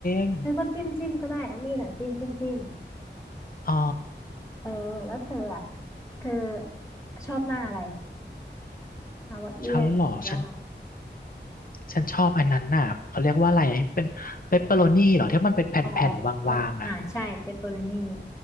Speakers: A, on the left; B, on the left.
A: ง
B: เธอก็จิ้มจิ้มก็ได้เอามีดอ่ะจิ้มจิ้มจิ้ม
A: อ๋อ
B: เออแล้วเธออ่ะเธอชอบหน้าอะไรฮาวาเอียนหรือว่า
A: ฉันเหรอฉัน ฉันชอบอันนั้นน่ะเขาเรียกว่าอะไรอ่ะที่เป็นเปปเปอโรนี่เหรอที่มันเป็นแผ่นๆวางๆอ่ะ
B: ออเอออ่าใช่เปปเปอโรนี่